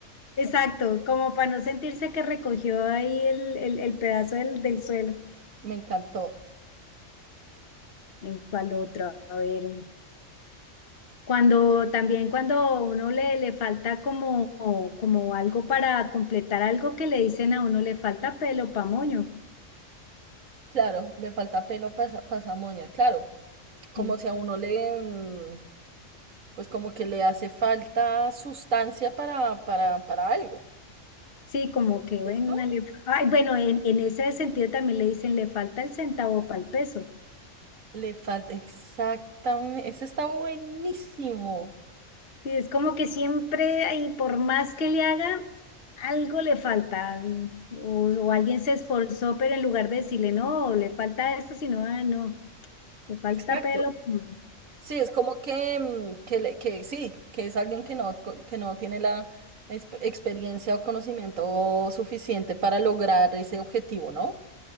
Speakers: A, on the left; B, on the right.
A: Exacto, como para no sentirse que recogió ahí el, el, el pedazo del, del suelo.
B: <laughs> Me encantó.
A: En cual otra, a ver. Cuando también cuando uno le, le falta como, como algo para completar algo que le dicen a uno, le falta pelo pa' moño.
B: Claro, le falta pelo para esa moña. Claro, como
A: Sí.
B: si a uno le, mm, pues como que le hace falta sustancia para, para, para algo,
A: Sí, como que
B: ¿cierto?
A: bueno, le, fa- ay, bueno, en, en ese sentido también le dicen, le falta el centavo para el peso.
B: Le falta, exactamente, ese está buenísimo.
A: Sí, es como que siempre, ahí, por más que le haga, algo le falta. y- O, o alguien se esforzó, pero en lugar de decirle, no, le falta esto, sino, "Ay, no, le falta
B: Exacto.
A: pelo. mm,
B: Sí, es como que, mm, que, le- que sí, que es alguien que no, co- que no tiene la exp- experiencia o conocimiento suficiente para lograr ese objetivo, ¿no?